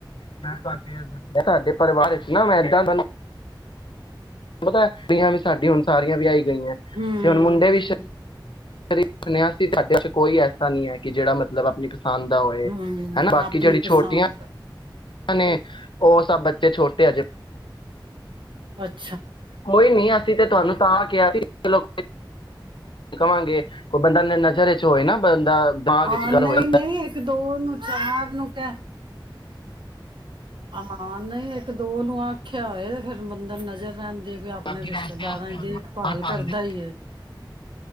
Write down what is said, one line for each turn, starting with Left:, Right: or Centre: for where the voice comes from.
Left: ਮੈਂ ਤੁਹਾਡੇ ਪਰਿਵਾਰ ਇਦਾਂ, ਮੈਂ ਇੱਦਾਂ ਪਤਾ ਹੈ, ਕੁੜੀਆਂ ਵੀ ਸਾਡੀ ਹੁਣ ਸਾਰੀਆਂ ਵਿਆਈ ਗਈ। ਗਈਆਂ ਤੇ
Right: ਹਮ
Left: ਹੁਣ ਮੁੰਡੇ ਵੀ ਕਦੀ ਸੁਨਿਆ ਸੀ ਤੁਹਾਡੇ ਚ ਕੋਈ ਐਸਾ ਨਹੀਂ ਹੈ ਕਿ ਜਿਹੜਾ ਮਤਲਬ ਆਪਣੀ ਪਸੰਦ ਦਾ ਹੋਏ
Right: ਹੂੰ,
Left: ਹਨਾ ਬਾਕੀ
Right: ਆਪਣੇ
Left: ਜਿਹੜੀ
Right: ਪਸੰਦ।
Left: ਛੋਟੀਆਂ ਨੇ ਉਹ ਸਭ ਬੱਚੇ ਛੋਟੇ ਹਜੇ
Right: ਅੱਛ
Left: ਕੋਈ ਨਹੀਂ। ਠੀਕ ਹੈ, ਤੇ ਤੁਹਾਨੂੰ ਤਾਂ ਕਿਹਾ ਸੀ ਚਲੋ ਕਵਾਂਗੇ, ਕੋਈ ਬੰਦਾ ਨਜ਼ਰ ਚ ਹੋਏ ਨਾ ਬੰਦਾ ਦਿਮਾਗ
Right: ਹਾਂ,
Left: ਵਿੱਚ
Right: ਨਹੀਂ-ਨਹੀਂ
Left: ਗੱਲ ਹੋਏ
Right: ਇੱਕ-ਦੋ- ਚਾਰ ਤੇ ਹਾਂ, ਨਹੀਂ ਇੱਕ-ਦੋ ਨੂੰ ਆਖਿਆ ਹੋਇਆ, ਤੇ ਫਿਰ ਬੰਦੇ ਨੂੰ ਨਜ਼ਰ ਰਹਿਦੀ ਤੇ ਆਪਣੇ
Left: ਬਾਕੀ
Right: ਰਿਸ਼ਤੇਦਾਰਾਂ
Left: ਵੈਸੇ ਅਸੀਂ ਹੁਣ
Right: ਦੇਖਭਾਲ
Left: ਮਕਾਨ ਪਾਉਂਦੇ
Right: ਕਰਦਾ ਹੀ ਹੈ।